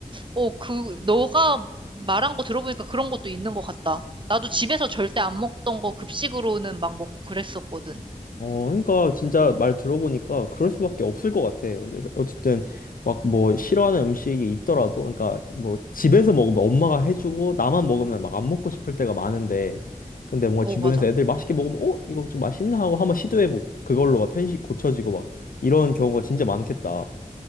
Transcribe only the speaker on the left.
어, 그러니까 진짜 말 들어보니까 그럴 수밖에 없을 것 같아. 어디서- 어쨌든 막 뭐 싫어하는 음식이 있더라도, 그러니까 뭐 집에서 먹으면 엄마가 해주고 나만 먹으면 막 안 먹고 싶을 때가 많은데, 근데 뭔가
주변에서
애들 맛있게 먹으면 어 이거 좀 맛있나 하고 한번 시도해보고 그걸로 막 편식 고쳐지고 막 이런 경우가 진짜 많겠다.